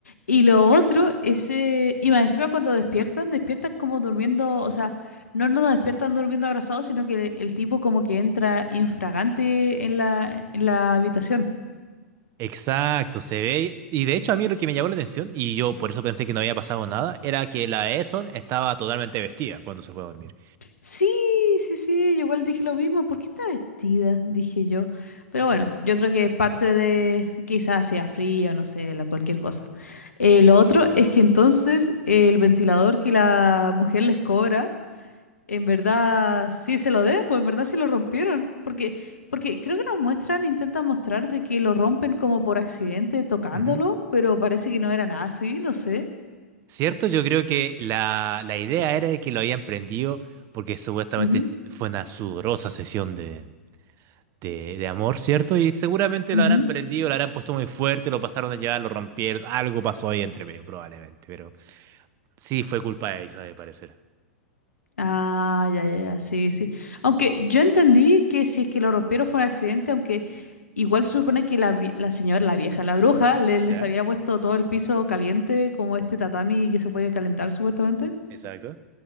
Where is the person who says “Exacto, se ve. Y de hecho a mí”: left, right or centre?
Right